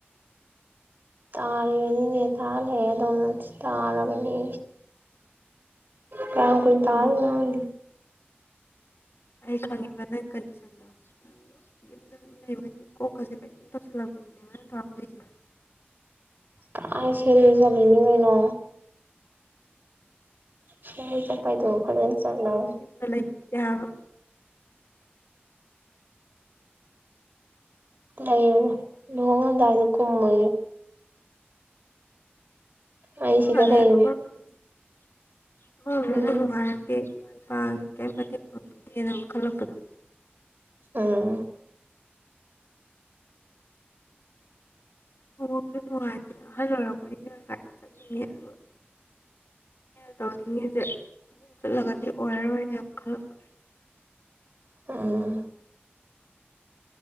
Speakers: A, on the right; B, on the left.
A: ꯇꯥꯔꯤꯕꯅꯤꯅꯦ ꯇꯥꯔꯦ ꯑꯗꯣ ꯇꯥꯔꯕꯅꯤ ꯇꯥꯥꯡ ꯀꯣꯏ
B: ꯑꯗꯨ
A: ꯇꯥꯅꯗꯤ
B: ꯑꯩ ꯈꯪꯉꯦꯕ ꯅꯪ ꯀꯟꯗꯤꯁꯟꯗꯣ ꯌꯨꯝꯗ ꯑꯗꯨꯝ ꯂꯩꯕꯅꯦ ꯀꯣꯛꯀꯁꯦ ꯀꯩꯅꯣꯝ ꯇꯧꯁꯜꯂꯛꯀꯦꯕꯅꯦꯕ ꯑꯗꯨꯝ ꯊꯥꯕ ꯂꯩꯁꯦ
A: ꯀꯥꯏ ꯁꯦꯔꯤ ꯆꯂꯅꯤꯉꯩꯅꯣ ꯁꯤ ꯆꯄꯥꯏꯗꯧꯕ ꯐꯖꯅ ꯆꯠꯂ
B: ꯆ ꯂꯩꯗꯕ
A: ꯂꯩꯌꯦ ꯂꯣꯡꯉꯗ ꯑꯗꯨ ꯀꯨꯝꯃ ꯑꯩ ꯁꯤꯗ
B: <unintelligible>
A: ꯀꯩ ꯎꯝ
B: ꯏꯃꯥ ꯏꯄꯥ ꯏ ꯀ ꯃꯇꯦꯡ ꯐꯥꯡꯈꯤꯗꯦꯅ ꯑꯃꯨꯛ ꯈꯜꯂꯛꯄꯗꯣ
A: ꯑꯥ
B: ꯑꯣꯁꯨ ꯅꯨꯡꯉꯥꯏꯇꯦ ꯑꯍꯜ ꯑꯣꯏꯔꯛꯄꯅꯤ ꯃꯔꯥꯡ ꯀꯥꯏꯅ ꯆꯠꯅꯤꯡꯉꯦ ꯑꯗꯨꯒ ꯇꯅꯤꯡꯦ ꯆꯠꯂꯒꯗꯤ ꯑꯣꯏꯔꯔꯣꯏꯅꯦ ꯌꯥꯝ ꯈꯜꯂꯛꯑꯣ
A: ꯎ